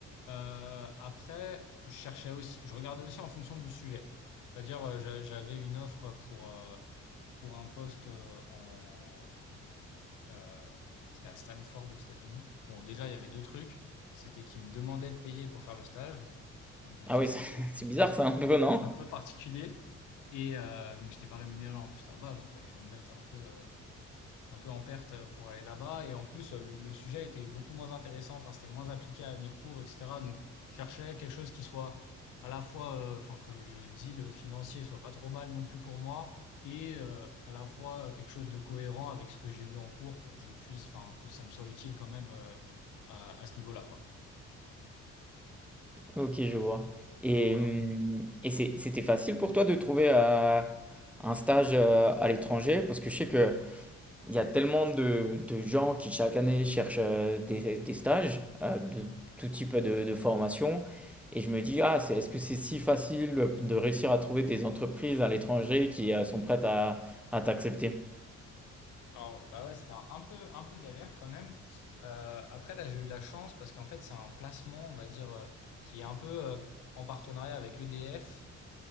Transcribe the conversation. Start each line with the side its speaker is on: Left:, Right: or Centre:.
Left: Euh, après, je cherchais aussi, je regardais aussi en fonction du sujet. C'est-à-dire, euh, j'a- j'avais une offre pour euh, pour un poste euh, en Heu, c'était à Stanford aux États-Unis. Bon, déjà, il y avait 2 trucs, c'était qu'ils me demandaient de payer pour faire le stage, donc bon,
Centre: Ah
Left: ça,
Centre: oui,
Left: c'était
Centre: <laughs>
Left: un peu
Centre: c'est bizarre ça, un peu, non?
Left: un peu particulier et heu, donc j'étais pas rémunéré en plus là-bas, donc fallait que je me mette un peu, heu un peu en perte euh, pour aller là-bas. Et en plus, euh, le, le sujet était beaucoup moins intéressant. Enfin, c'était moins appliqué à mes cours, etc. Donc, je cherchais quelque chose qui soit à la fois, euh, enfin, que le deal financier soit pas trop mal non plus pour moi, et euh, à la fois euh, quelque chose de cohérent avec ce que j'ai vu en cours pour que je puisse, enfin, que ça me soit utile quand même euh, à, à ce niveau-là, quoi.
Centre: Ok, je vois. Et,
Left: Donc voilà.
Centre: hum, et c'est- c'était facile pour toi de trouver euh, un stage euh, à l'étranger? Parce que je sais qu'il y a tellement de, de gens qui chaque année cherchent euh, des, des stages euh, de tout type de, de formation. Et je me dis, ah, c'est, est-ce que c'est si facile de réussir à trouver des entreprises à l'étranger qui euh, sont prêtes à, à t'accepter?
Left: Alors, bah ouais, c'était un, un peu, un peu galère quand même. Euh, après, là, j'ai eu de la chance parce qu'en fait, c'est un placement, on va dire, euh, qui est un peu euh, en partenariat avec EDF